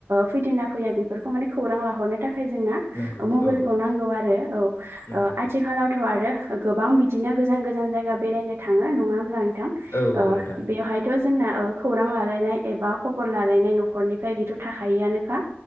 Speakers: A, on the right; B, on the left.
A: फै। फैया बेफोरखौ मान खौरां लाहरनो थाखाय जोंना
B: नंगौ
A: मबाइलखौ
B: औ
A: नांगौ आरो औ
B: नंगौ
A: आथिखालावथ आरो। गोबां बिदिनो गोजान गोजान जायगा बेरायनो थाङो नङा होमब्ला नोंथां
B: औ औ नोंथां
A: बेवहायथ' जोंना खौरां लालायनाय एबा खबर लालायनाय न'खरनिफ्राय बेथ थाखआनोखा